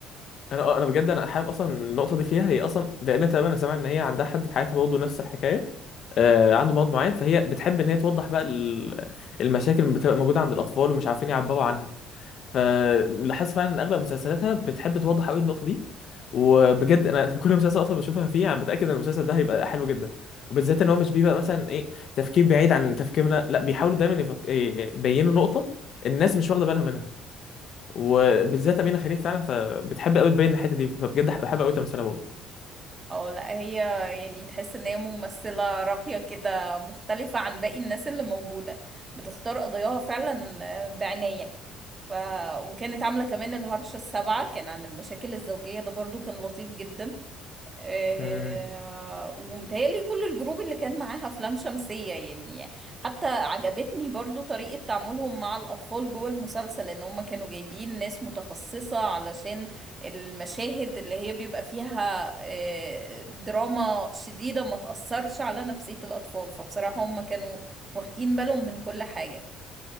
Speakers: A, on the left; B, on the right.
A: آه، انا بجد انا حابب اصلا النقطه دي فيها هي اصلا لان تقريبا انا سامع ان هي عندها حد في حياتها برضه نفس الحكايه آه عنده مرض معين فهي بتحب ان هي توضح بقى ال- المشاكل اللي بتبقى موجوده عند الاطفال ومش عارفين يعبروا عنها فلاحظت فعلا ان اغلب مسلسلاتها بتحب توضح قوي النقطه دي وبجد انا <laughs> كل مسلسل اصلا بشوفها فيه انا بتاكد ان المسلسل ده هيبقى حلو جدا وبالذات ان هو مش بيبقى مثلا ايه تفكير بعيد عن تفكيرنا لا بيحاولوا دايما يفك... إيه، يبينوا نقطه الناس مش واخده بالها منها وبالذات امينه خليل فعلا فبتحب قوي تبين الحته دي فبجد بحب قوي تمثيلها برضه
B: أو لا هي يعني تحس إن هي ممثلة راقية كده مختلفة عن باقي الناس اللي موجودة بتختار قضاياها فعلا آه، بعناية ف... وكانت عاملة كمان الهرشة السابعة كان عن المشاكل الزوجية ده برضو كان لطيف جدا آه،
A: مم.
B: ومتهيألي كل الجروب اللي كان معاها أفلام شمسية يعني حتى عجبتني برضو طريقة تعاملهم مع الأطفال جوه المسلسل إن هم كانوا جايبين ناس متخصصة علشان المشاهد اللي هي بيبقى فيها آه، دراما شديدة ما تأثرش على نفسية الأطفال فبصراحة هم كانوا واخدين بالهم من كل حاجة